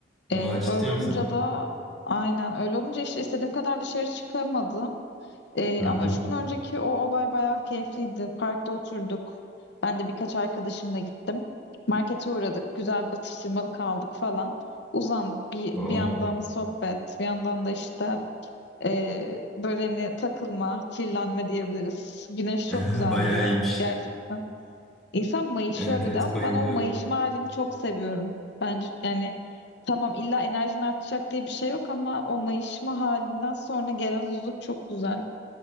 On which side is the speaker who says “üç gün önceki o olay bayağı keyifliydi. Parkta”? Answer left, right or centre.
Left